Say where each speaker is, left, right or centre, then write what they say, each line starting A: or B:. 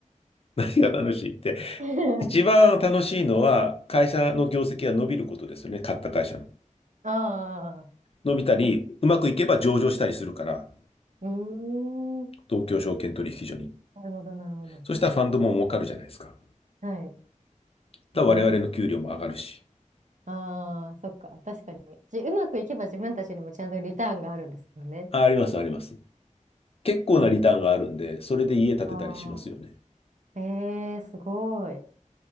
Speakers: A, on the left (about 45°); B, on the right (about 65°).
A: <laughs> 何が楽しいって。
B: <laughs>
A: 一番楽しいのは、会社の業績が伸びることですよね。買った会社の。
B: あ
A: 伸びたり、
B: あ、
A: うまくいけば上場したりするから、
B: うーん、
A: 東京証券取引所に。
B: なるほど、なるほど。
A: そしたらファンドも儲かるじゃないですか。
B: はい。
A: だから我々の給料も上がるし。
B: まあ、そああ、そっか。確かに。じ、うまくいけば自分たちにもちゃんとリターンがあるんですもんね。
A: あ、あります、あります。結構なリターンがあるんで、
B: なるほど。
A: それで家建てたりしますよね。
B: ああ、ええすごい。